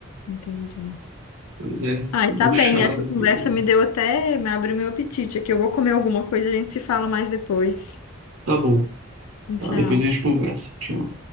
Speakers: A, on the left; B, on the right.
A: Entendi.
B: Pois é,
A: Ai,
B: buchada
A: tá bem. Essa conversa
B: aqui tem.
A: me deu até, me abriu meu apetite aqui. Eu vou comer alguma coisa, a gente se fala mais depois.
B: Tá bom, tá,
A: Tchau.
B: depois a gente conversa. Tchau.